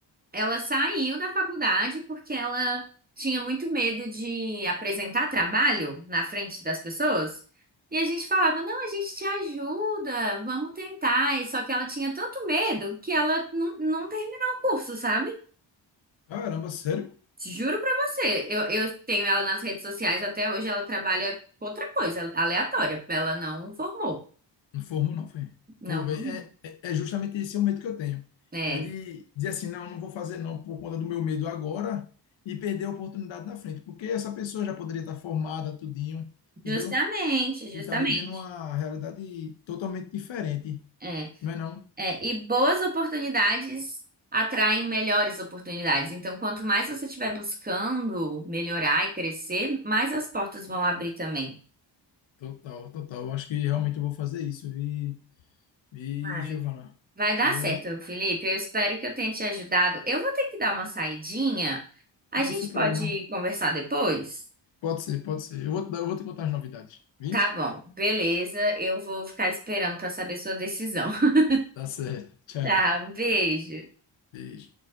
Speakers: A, on the right; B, on the left.
A: Ela saiu da faculdade porque ela tinha muito medo de apresentar trabalho na frente das pessoas. E a gente falava, não, a gente te ajuda, vamos tentar. E só que ela tinha tanto medo que ela não, não terminou o curso, sabe?
B: Caramba, sério?
A: Juro pra você. Eu, eu tenho ela nas redes sociais até hoje, ela trabalha com outra coisa, aleatória. Ela não formou.
B: Não formou, não, foi.
A: Não
B: Pô, velho,
A: formou.
B: é, é é justamente esse o medo que eu tenho.
A: É,
B: É de dizer assim, não, não vou fazer não por conta do meu medo agora e perder a oportunidade na frente. Porque essa pessoa já poderia estar formada, tudinho, entendeu?
A: justamente, justamente.
B: E tá vivendo uma realidade totalmente diferente.
A: É.
B: Não é não?
A: É, e boas oportunidades atraem melhores oportunidades. Então, quanto mais você estiver buscando melhorar e crescer, mais as portas vão abrir também.
B: Total, total. Eu acho que realmente eu vou fazer isso, vi, vi,
A: Ai,
B: Giovana.
A: vai dar
B: Vou.
A: certo, Felipe. Eu espero que eu tenha te ajudado. Eu vou ter que dar uma saidinha. A
B: Não,
A: gente
B: sem problema.
A: pode conversar depois?
B: Pode ser, pode ser. Eu vou te dar- eu vou te contar as novidades, Vi?
A: Tá bom, beleza. Eu vou ficar esperando para saber sua decisão. <laughs>
B: Tá certo. Tchau.
A: Tá, um beijo.
B: Beijo.